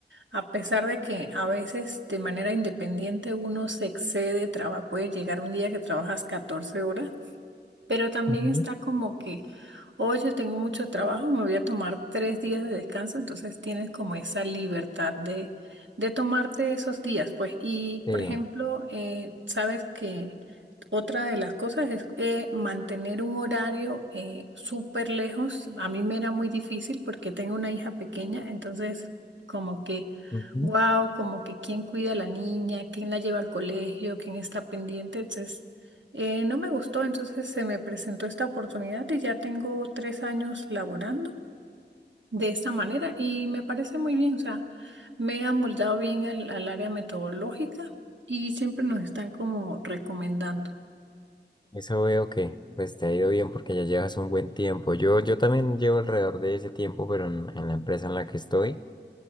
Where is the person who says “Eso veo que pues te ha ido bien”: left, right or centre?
Left